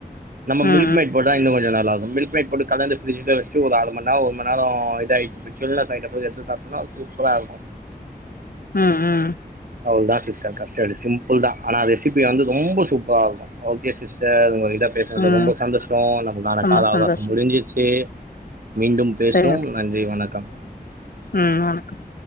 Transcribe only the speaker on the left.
ம்
ம் ம்
ம்
ரொம்ப
சந்தோஷம்
சரிங்க சார்.
ம் வணக்கம்